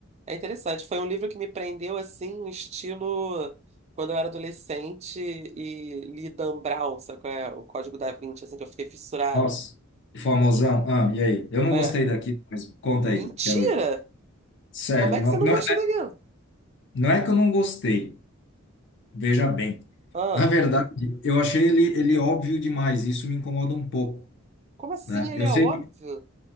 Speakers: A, on the right (about 30°); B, on the left (about 55°).
A: É interessante. Foi um livro que me prendeu assim, um estilo quando eu era adolescente e li Dan Brown, sabe qual é? O Código da Vinci, assim, que eu fiquei fissurada.
B: Nossa, famosão. Ah, e aí? Eu não
A: É,
B: gostei daqui, mas conta
A: Mentira!
B: aí, quero ver. Sério,
A: Como é
B: não,
A: que você não
B: não,
A: gostou daquilo?
B: não é que eu não gostei, veja bem.
A: Ah,
B: Na verdade, eu achei ele, ele óbvio demais, isso me incomoda um pouco,
A: como assim?
B: né?
A: Ele
B: Eu
A: é
B: sei
A: óbvio?
B: que...